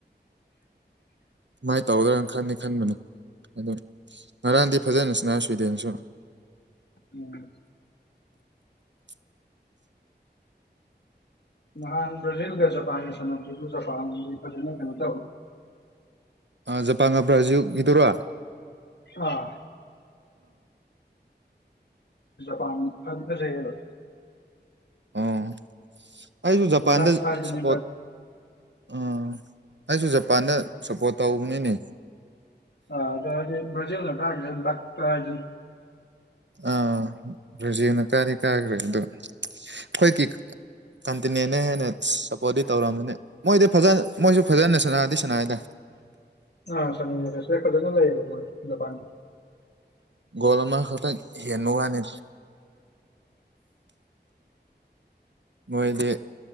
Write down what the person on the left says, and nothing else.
ꯎꯝ
ꯃꯥꯟ ꯭ꯔꯥꯖꯤꯜꯒꯖꯄꯥꯟ ꯁꯖꯄꯥꯟ ꯀꯅ ꯀꯩꯅ ꯇ
ꯑꯥ ꯄꯥꯟ ꯐꯒꯁ
ꯂꯛ ꯍꯥꯏꯗꯨꯅꯤ
ꯑ ꯑꯗ ꯑꯗꯨ ꯔꯖꯤꯅ ꯀꯒ ꯑꯗꯨ
ꯑ ꯁꯅꯤ ꯔꯦꯁꯦ ꯄꯗꯅ ꯂꯩ ꯃ ꯄꯥꯤ